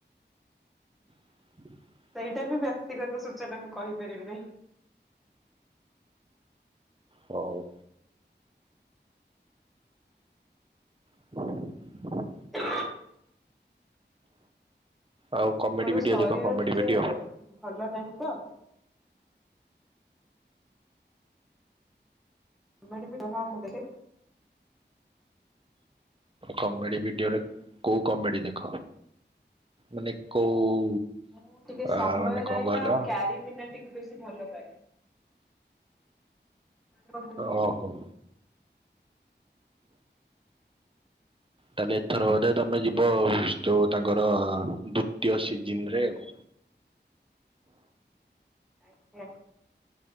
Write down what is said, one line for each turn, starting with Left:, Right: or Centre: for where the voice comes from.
Right: ହଁ
Centre: ଏଇଟା ବି ବ୍ୟକ୍ତିଗତ ସୂଚନା ମୁଁ କହିପାରିବି ନାହିଁ।
Right: ହୋଉ। ହ
Centre: ହ
Right: ଆଉ କମେଡି
Centre: ମୋର
Right: ଭିଡିଓ
Centre: ଶରୀର
Right: ଦେଖ କମେଡି
Centre: ଟିକେ
Right: ଭିଡିଓ।
Centre: ଭଲ ନାହିଁ ତ <unintelligible> ମୁଁ ଦେଖେ।
Right: କମେଡି ଭିଡିଓରେ କୋଉ କମେଡି ଦେଖ ମାନେ କୋଉ
Centre: ହଁ ଟିକେ
Right: ଆ
Centre: ସମୟ
Right: ମାନେ କଣ
Centre: ରହିନା
Right: କହିଲ
Centre: ଆଉ କ୍ୟାରିମିନା ଟିକେ ବେଶୀ ଭଲ ପାଏ। ମୋ ଗୁରୁ।
Right: ଓ ହୋ। ତାହେଲେ ଏଥର ବୋଧେ ତମେ ଯିବ ଯୋଉ ତାଙ୍କର ଦ୍ଵିତୀୟ ସିଜିନରେ ଆଉ।
Centre: ଆଞା।